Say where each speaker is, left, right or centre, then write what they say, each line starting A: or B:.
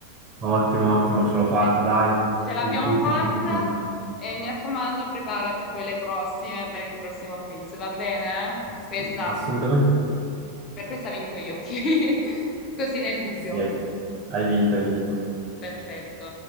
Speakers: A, on the right; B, on the left.
A: Ottimo, ottimo, ce l'ho
B: Mi
A: fatta,
B: sento
A: dai.
B: ge- ce l'abbiamo
A: Un punto.
B: fatta
A: per tutti.
B: e mi raccomando, preparati poi le prossime per il prossimo quiz, va bene?
A: Assolut-
B: Questa,
A: Assolutamente sì.
B: per questa vinco io, ok? <laughs> Così nel dubbio.
A: Sì, hai hai vinto, hai vinto.
B: Perfetto.